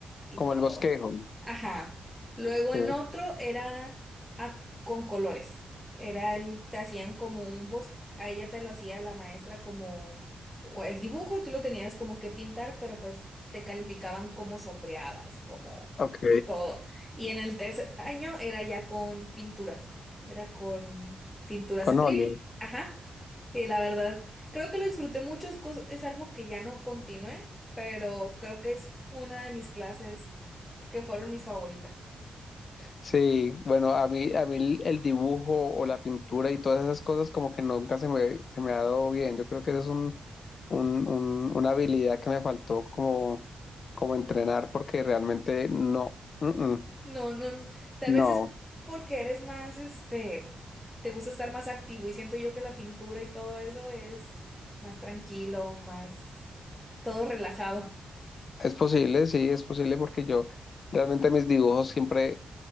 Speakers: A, in the centre; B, on the left.
A: y
B: como
A: todo.
B: el bosquejo,
A: Ajá. Luego
B: sí,
A: en otro era a- con colores. Era el, te hacían como un bosque, a ella te lo hacía la maestra como o el dibujo, tú lo tenías como que pintar, pero pues te calificaban como sombreabas, como
B: ok,
A: todo. Y en el tercer año era ya con pinturas, era con pinturas
B: con
A: acrílicas.
B: óleo.
A: Ajá. Y la verdad, creo que lo disfruté mucho, es, cos- es algo que ya no continué, pero creo que es una de mis clases que fueron mis favoritas.
B: Sí, bueno, a mí, a mí el el dibujo o la pintura y todas esas cosas como que nunca se me, se me ha dado bien. Yo creo que eso es un, un- un- una habilidad que me faltó como, como entrenar porque realmente no, mm, mm,
A: No, no, tal
B: no.
A: vez es porque eres más, este, te gusta estar más activo y siento yo que la pintura y todo eso es más tranquilo, más todo relajado.
B: Es posible, sí, es posible porque yo realmente mis dibujos siempre,